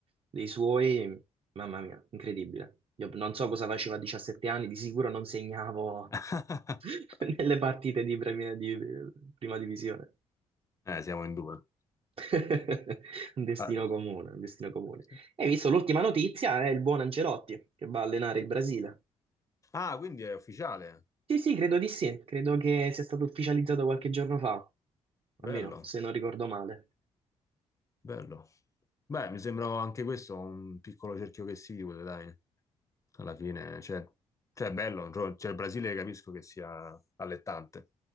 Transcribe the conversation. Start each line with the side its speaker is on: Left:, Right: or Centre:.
Right: dei suoi, mamma mia, incredibile. Io non so cosa facevo a 17 anni, di sicuro non segnavo
Left: <laughs>
Right: <laughs> nelle partite di, premi- di prima divisione.
Left: Eh, siamo in due.
Right: <laughs> Un destino
Left: Ah,
Right: comune, un destino comune.
Left: sì.
Right: E hai visto l'ultima notizia è il buon Ancelotti che va a allenare il Brasile.
Left: Ah, quindi è ufficiale.
Right: Sì, sì, credo di sì, credo che sia stato ufficializzato qualche giorno fa,
Left: Bello,
Right: almeno se non ricordo male.
Left: bello. Beh, mi sembra anche questo un piccolo cerchio che si chiude, dai. Alla fine, cioè, cioè, è bello. Cioè, cioè, il Brasile capisco che sia allettante.